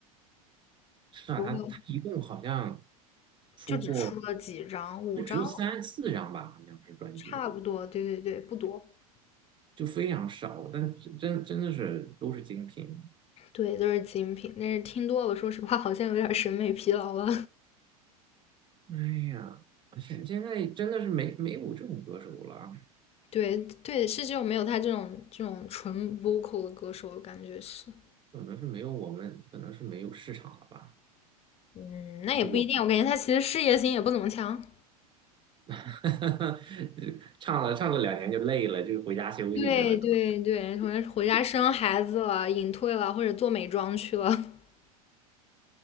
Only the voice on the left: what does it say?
不过。
就只出了几张，五张
差不多，对对对，不多，
对，都是精品。但是听多了，说实话，好像有点审美疲劳了。
<laughs> 对对，是这种没有他这种这种纯 vocal 的歌手，我感觉是，
嗯，那也不一定，
我感觉他其实事业心也不怎么强。
对对对，
可能回家生孩子了，隐退了，或者做美妆去了。<laughs>